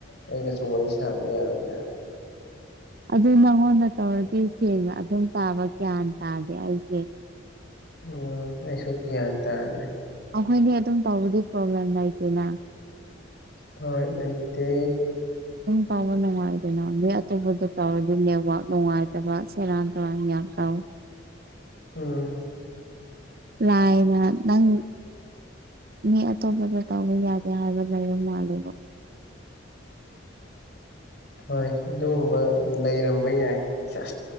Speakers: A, on the left; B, on the right.
A: ꯑꯩꯒꯁꯨ ꯋꯥꯔꯤ ꯁꯥꯕ ꯌꯥꯔꯣꯏꯗ꯭ꯔ
B: ꯑꯗꯨ ꯅꯪꯉꯣꯟꯗ ꯇꯧꯔꯗꯤ ꯁꯦꯡꯅ ꯑꯗꯨꯝ ꯇꯥꯕ ꯒ꯭ꯌꯥꯟ ꯇꯥꯗꯦ ꯑꯩꯁꯦ
A: ꯎꯝ ꯑꯩꯁꯨ ꯀꯌꯥꯇ ꯑꯗꯨ꯭ꯔꯦ
B: ꯑꯩꯈꯣꯏꯅꯦ ꯑꯗꯨꯝ ꯇꯧꯕꯗꯤ ꯄ꯭ꯔꯣꯕ꯭ꯂꯦꯝ ꯂꯩꯇꯦꯅ
A: ꯍ ꯂꯩꯇ
B: ꯇꯥꯎꯕ ꯅꯨꯡꯉꯥꯏꯗꯅ ꯅ ꯑꯇꯣꯞꯄꯗ ꯇꯥꯎꯋ ꯑꯗꯨ ꯅꯦꯠꯋꯥꯛ ꯅꯨꯡꯉꯥꯏꯇꯕ ꯁꯦꯔꯥꯟ ꯇꯧꯨꯔꯥꯟ ꯒꯌꯥ ꯇꯥꯎꯋꯤ <unintelligible> <inaudible>
A: ꯎꯝ
B: ꯂꯥꯏꯅ ꯅꯪ ꯃꯤ ꯑꯇꯣꯞꯄꯒ ꯇꯧꯕ ꯌꯥꯒꯦ ꯍꯥꯏꯕ ꯂꯩꯕ ꯃꯥꯜꯂꯦꯕ
A: ꯍꯣꯏ ꯑꯗꯨꯒꯨꯝꯕ ꯂꯩꯔꯝꯕ ꯌꯥꯏ ꯆ